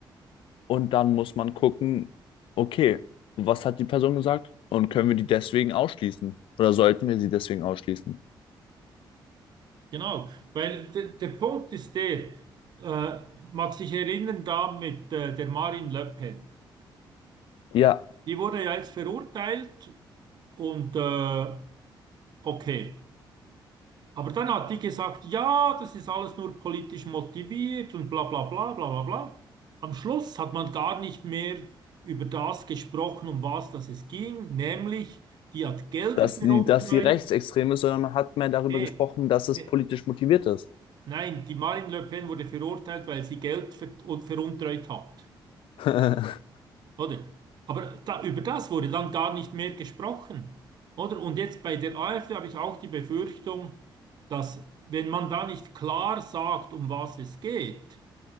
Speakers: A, on the left; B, on the right.
A: und dann muss man gucken, okay, was hat die Person gesagt und können wir die deswegen ausschließen oder sollten wir sie deswegen ausschließen?
B: genau. Weil der, der Punkt ist der, äh, mag sich erinnern, da mit äh, der Marine Le Pen.
A: Ja,
B: Die wurde ja jetzt verurteilt und äh, okay. Aber dann hat die gesagt, ja, das ist alles nur politisch motiviert und bla bla bla bla bla bla. Am Schluss hat man gar nicht mehr über das gesprochen, um was das es ging, nämlich die hat Gelder
A: dass
B: veruntreut.
A: sie, dass sie rechtsextrem ist, sondern man hat mehr darüber
B: Nee,
A: gesprochen, dass es
B: nee.
A: politisch motiviert ist.
B: Nein, die Marine Le Pen wurde verurteilt, weil sie Geld ver und veruntreut hat.
A: <laughs>
B: Oder? Aber da, über das wurde dann gar nicht mehr gesprochen. Oder? Und jetzt bei der AfD habe ich auch die Befürchtung, dass wenn man da nicht klar sagt, um was es geht,